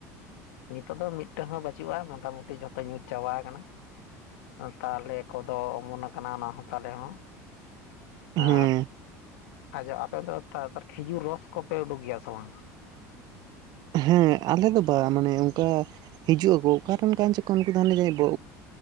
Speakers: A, on the left; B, on the right.
A: ᱱᱤᱛᱚᱜ ᱫᱚ ᱢᱤᱫᱴᱮᱱ ᱦᱚᱸ ᱵᱟᱪᱩᱜᱼᱟ ᱢᱚᱴᱟ ᱢᱩᱩᱴᱤ ᱡᱷᱚᱛᱚ ᱧᱩᱨᱛ ᱪᱟᱵᱟ ᱠᱟᱱᱟ᱾ ᱛᱟᱞᱮ ᱠᱚᱫᱚ ᱚᱢᱚᱱ ᱠᱟᱱᱟ ᱚᱱᱟ ᱦᱚᱸ ᱛᱟᱞᱮ ᱦᱚᱸ᱾
B: ᱦᱮᱸ
A: ᱟᱻ ᱟᱡᱚ ᱟᱯᱮ ᱫᱚ ᱛᱮ ᱫᱚ ᱠᱷᱤᱡᱩᱨ ᱨᱚᱥ ᱠᱚᱯᱮ ᱩᱰᱩᱸᱠ ᱜᱮᱭᱟ ᱥᱮ ᱵᱟᱝ?
B: ᱦᱮᱸ ᱟᱞᱮᱫ ᱫᱚ ᱵᱟ ᱢᱟᱱᱮ ᱚᱝᱠᱟ ᱦᱤᱡᱩᱜ ᱟᱠᱚ ᱚᱠᱟᱨᱮᱱ ᱠᱟᱱ ᱪᱚᱠᱚ ᱩᱱᱠᱩ ᱫᱚ ᱚᱠᱟ ᱡᱮ ᱵᱚ